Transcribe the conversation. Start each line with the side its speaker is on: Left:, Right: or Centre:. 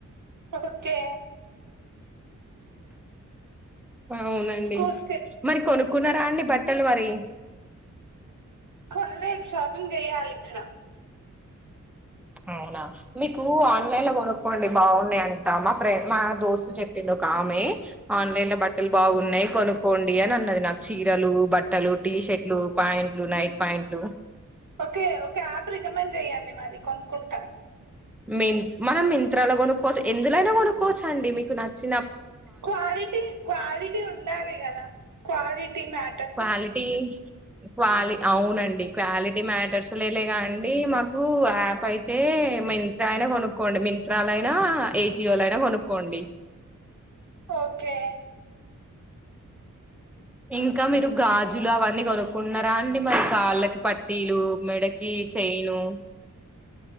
Right: ఓకే
Centre: అవునండి
Right: స్కూల్ కి
Centre: మరి కొను కున్నరాండి బట్టలు మరి
Right: ఆ లేదు షాపింగ్ చేయ్యాలి ఇక్కడ.
Centre: అవునా మీకు ఆన్లైన్ లో కొనుక్కోండి బాగున్నాయి అంట మా ఫ్రెం మా దోస్తు చెప్పింది ఒకామె ఆన్లైన్ లో బట్టలు బాగున్నాయి కొనుక్కోండి అని అన్నది. నాకు చీరలు, బట్టలు, టీషర్ట్లు, ప్యాంట్లు, నైట్ పాయింట్లు
Right: ఓకే ఓకే ఆప్రీ రికమెండ్ చెయ్యండి మరి కొనుక్కుంటాం
Centre: మిం మనం మింతాల కొనుక్కోవచ్చు ఎందులోైనా కొనుక్కోవచ్చ అండి మీకు నచ్చిన
Right: క్వాలిటీ క్వాలిటీ ఉండాలి కదా క్వాలిటీ మ్యా
Centre: క్వాలిటీ క్వాలి అవు ఆవునండి క్వాలిటీ మ్యాటర్స్లే లేగా అండి మాకు యాప్ అయి తే మింత్రా నే కొను క్కోండి మింతాలైనా ఏజియో లో యినా కొనుక్కోండి
Right: ఓకే
Centre: ఇంకా మీరు గాజులు అవన్నీ కొనుక్కుంట్నారా అండి మరి కాళ్ళకి పట్టీలు మెడకి చేను